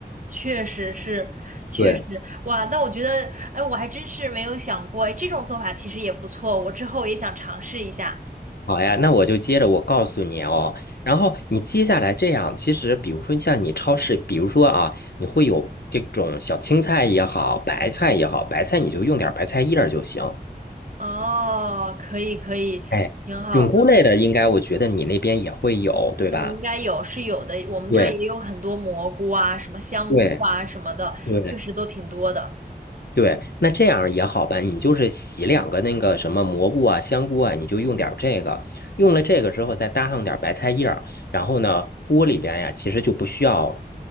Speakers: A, on the right; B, on the left.
A: 确实是，确实，
B: 对，
A: 哇，那我觉得，哎，我还真是没有想过，哎，这种做法其实也不错，我之后也想尝试一下。
B: 好呀，那我就接着我告诉你哦，然后你接下来这样，其实比如说像你超市，比如说啊，你会有这种小青菜也好，白菜也好，白菜你就用点儿白菜叶儿就行。
A: 哦，可以，可以，
B: 哎，
A: 挺好的，
B: 菌菇类的，应该我觉得你那边也会有，对吧？
A: 嗯，应该有是有的，我们这儿也有很多蘑菇啊，
B: 对
A: 什么香菇啊什么的，
B: 对对
A: 确实都挺多的。
B: 对，那这样也好办，你就是洗两个那个什么蘑菇啊、香菇啊，你就用点儿这个，用了这个之后再搭上点儿白菜叶儿，然后呢，锅里边呀其实就不需要